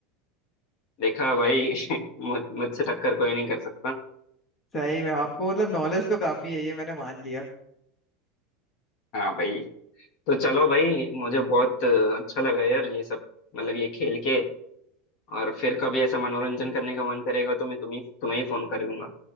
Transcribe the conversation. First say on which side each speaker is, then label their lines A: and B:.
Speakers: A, on the left (about 40°); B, on the left (about 15°).
A: देखा भाई <laughs> मुझ मुझसे टक्कर कोई नहीं कर सकता
B: सही में आपको मतलब नॉलेज तो काफी है ये मैंने मान लिया
A: हाँ भाई तो चलो भाई मुझे बहुत अच्छा लगा यार ये सब मतलब ये खेल के और फिर कभी ऐसा मनोरंजन करने का मन करेगा तो मैं तुम्हें तुम्हें ही फोन कर लूंगा